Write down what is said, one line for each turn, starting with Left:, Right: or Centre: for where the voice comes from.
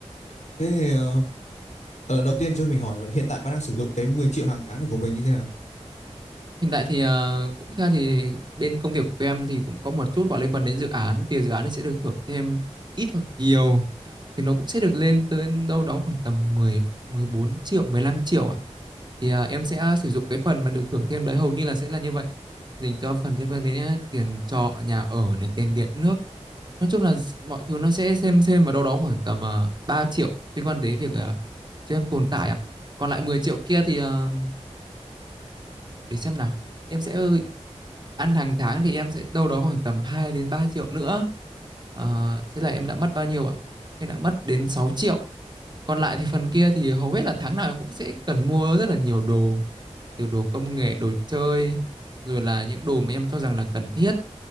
Left: Thế thì ờ, ờ, đầu tiên cho mình hỏi là hiện tại bạn đang sử dụng cái 10 triệu hàng tháng này của mình như thế nào?
Right: Hiện tại thì ờ, cũng ra thì bên công việc của em thì cũng có một chút gọi liên quan đến dự án, tiền dự án thì sẽ được thưởng thêm ít hoặc nhiều thì nó cũng sẽ được lên tới đâu đó khoảng tầm 10 14 triệu, 15 triệu ạ. Thì ờ, em sẽ sử dụng cái phần mà được thưởng thêm đấy hầu như là sẽ là như vậy. Dành cho phần liên quan đến ờ, tiền trọ, nhà ở này, tiền điện nước. Nói chung là s- mọi thứ nó sẽ xem xem vào đâu đó khoảng tầm uh, 3 triệu liên quan đến việc uh, cho em tồn tại ạ. Còn lại 10 triệu kia thì ờ, để xem nào em sẽ ờ, ăn hàng tháng thì em sẽ đâu đó khoảng tầm 2 đến 3 triệu nữa Ờ, thế là em đã mất bao nhiêu ạ em đã mất đến 6 triệu còn lại thì phần kia thì hầu hết là tháng nào em cũng sẽ cần mua rất là nhiều đồ từ đồ công nghệ đồ chơi rồi là những đồ mà em cho rằng là cần thiết